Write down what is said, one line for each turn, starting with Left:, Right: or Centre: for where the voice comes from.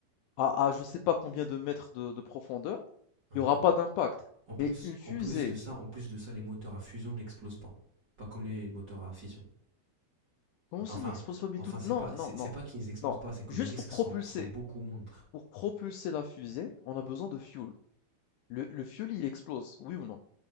Left: à à je sais pas combien de mètres de de profondeur,
Right: Hein.
Left: il y aura pas d'impact.
Right: En plus,
Left: Mais une fusée,
Right: en plus de ça, en plus de ça, les moteurs à fusion n'explosent pas, pas comme les moteurs à fission.
Left: comment
Right: Enfin,
Left: ça n'explose pas? Mais
Right: enfin,
Left: toute
Right: c'est
Left: non,
Right: pas,
Left: non,
Right: c'est
Left: non,
Right: c'est pas qu'ils n'explosent
Left: non.
Right: pas, c'est que
Left: Juste
Right: les risques
Left: pour propulser
Right: sont, sont beaucoup moindres.
Left: pour propulser la fusée, on a besoin de fuel. Le le fuel, il explose, oui ou non?